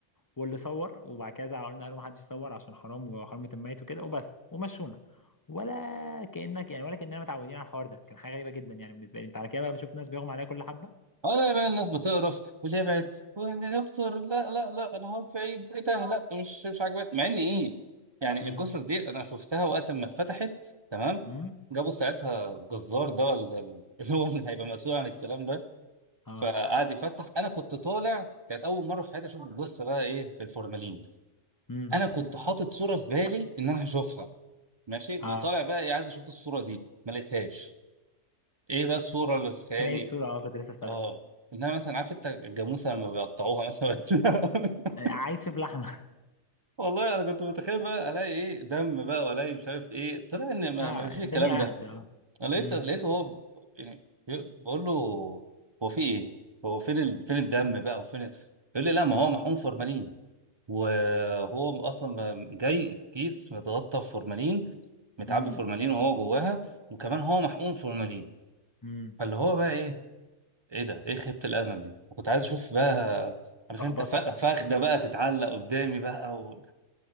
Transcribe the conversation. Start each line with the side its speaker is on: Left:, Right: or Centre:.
Left: واللي صور وبعد كده زعلوا قالوا ما حدش يصور عشان حرام وحرمه الميت وكده وبس ومشونا ولا كانك يعني ولا كاننا متعودين على الحوار ده كان حاجه غريبه جدا يعني بالنسبه لي انت على كده بقى بشوف ناس بيغمى عليها كل حبه
Right: انا بقى الناس بتقرف واللي يبعد يا دكتور لا لا لا انا هو بعيد ايه ده لا مش مش عاجباني مع ان ايه يعني
Left: امم
Right: الجثث دي انا شفتها وقت ما اتفتحت تمام
Left: امم
Right: جابوا ساعتها الجزار ده ولا ال- <laughs> اللي هو اللي هيبقى مسؤول عن الكلام ده
Left: اه
Right: فقعد يفتح انا كنت طالع كانت اول مره في حياتي اشوف الجثه بقى ايه في الفورمالين
Left: امم
Right: انا كنت حاطط صوره في بالي ان انا هشوفها ماشي
Left: اه
Right: وطالع بقى ايه عايز اشوف الصوره دي ما لقيتهاش ايه بقى الصوره اللي في خيالي
Left: كان ايه السورة اه كنت لسه اسالك
Right: اه انها مثلا عارف انت الجاموسه لما بيقطعوها مثلا <laughs>
Left: عايز اشوف لحمه <laughs>
Right: والله انا كنت متخيل بقى الاقي ايه دم بقى والاقي مش عارف ايه طلع ان ما
Left: اه
Right: ما فيش الكلام
Left: الدنيا
Right: ده
Left: اهدى اه
Right: انا لقيت
Left: امم
Right: لقيته هو ب- يعني بي- بقول له هو في ايه هو فين ال... فين الدم بقى وفين ال... يقول لي لا ما هو محقون فورمالين وهو اصلا م- جاي كيس متغطى بفورمالين متعبي
Left: امم
Right: فورمالين وهو جواها وكمان هو محقون فورمالين
Left: امم
Right: فاللي هو بقى ايه ايه ده ايه خيبة الامل دي كنت عايز اشوف بقى عارف
Left: احبط
Right: انت فا- فخده بقى تتعلق قدامي بقى و...